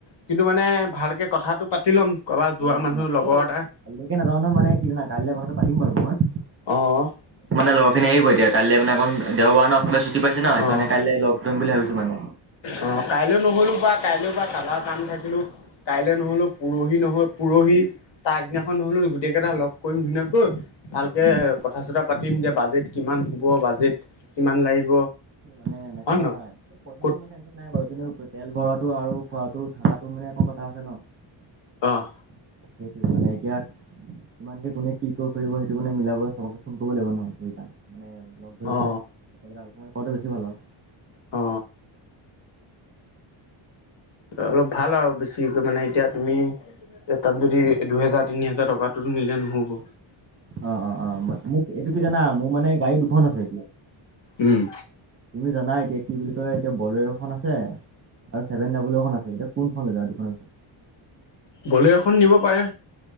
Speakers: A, on the left; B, on the right.
A: কিন্তু মানে ভালকে কথাটো পাতি ল'ম কাৰোবাৰ যোৱা
B: অ
A: মানুহ
B: মানে
A: লগৰ
B: <unintelligible>
A: এটা
B: কাইলৈকে নাযাওঁ নহয় মানে কি জানা কাইলৈ কথাটো পাতিম বাৰু মই
A: অ, অ।
B: মানে লগৰ খিনি আহিব এতিয়া কাইলৈ মানে অকণ দেওবাৰ ন চবে ছুটি পাইছে ন সেইকাৰনে
A: অ
B: কাইলৈ লগ কৰিম বুলি ভাবিছো মানে
A: অ কাইলৈ নহলো বা কাইলৈ বা কাৰোবাৰ কাম থাকিলো কাইলৈ নহলো পৰহি নহ পৰহি তাৰগদিনাখন নহ'লো গোটেই কেইটা লগ কৰিম ধুনীয়াকৈ ভালকে
B: উম
A: কথা চথা পাতিম যে বাজেট কিমান হ'ব বাজেট কিমান লাগিব
B: মানে এনেকা
A: হয় নহয়
B: পইচাটো
A: ক'ত
B: ইমান টেনশন নাই বাৰু কিন্তু তেল ভৰোৱাত টো আৰু খোৱাতো থাকাতো মানে একো কথা আছে ন
A: অহ।
B: সেইটোৱে মানে এতিয়া কিমানকে কোনে কি ক কৰিব সেইটো মানে মিলাব চবকে ফোন কৰিব লাগিব নহ সেইকাৰণে মানে লগ ধৰি
A: অ
B: পেলাই একেলকে আলোচনা কৰাতে বেছি ভাল আৰু
A: অ। অলপ ভাল আৰু বেছি মানে এতিয়া তুমি তাত যদি দুহেজাৰ তিনি হোজাৰ টকাতটো নিলে নহ'ব
B: অ -অ -অ ম মোক এইটো কি জানা মোৰ মানে গাড়ী দুখন আছে এতিয়া
A: উম।
B: তুমি জানা এতিয়া কি বুলি কয় এতিয়া বলেৰখন আছে আৰু ছেভেন ডাব্লখন আছে এতিয়া কোন খন লৈ যায় দুখনৰ ভিতৰত
A: বলেৰ' খন নিব পাৰে।